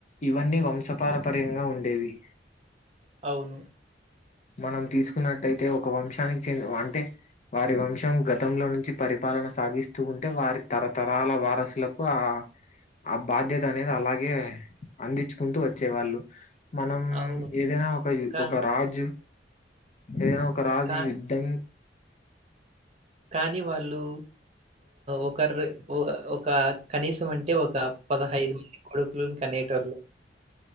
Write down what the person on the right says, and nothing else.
అవును
అవును
కా
కా
కానీ వాళ్ళు ఒకరు ఒక కనీస ం అంటే ఒక పదహైదు మంది కొడుకులుని కనేటోళ్ళు